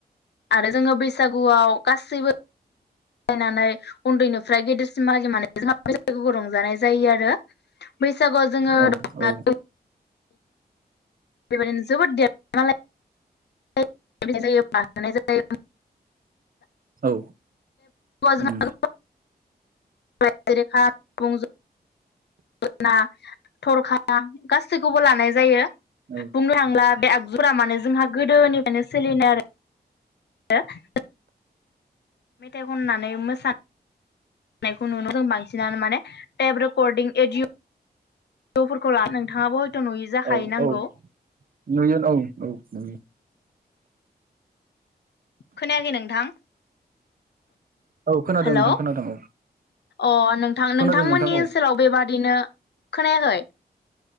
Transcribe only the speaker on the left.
आरो जोङो बैसागुआव गासैबो नायनानै उन्दैनो ओमफ्राय गेदेरसिम मागिनानै जोंहा बैसागु रंजानाय जायो आरो बै सागुआव जोङो <unintelligible>
बेबायदिनो जोबोद <unintelligible> <unintelligible>
जोंहा
<unintelligible> <unintelligible> थरखा गासैखौबो लानाय जायो
बुंनो थांब्ला बे आगजुरा माने जोंहा गोदोनिफ्रायनो सोलिनाय आरो <unintelligible> मेथाइ खननानै मोसा <unintelligible> यखौ नुनो जों बांसिनानो माने टेप रेकर्डिं एडिअ <unintelligible> जाखायो
नांगौ
खोनायाखै नोंथां
हेलौ
अ नोंथां
नोंथांमोननि
ओनसोलाव बेबादिनो खोनाखै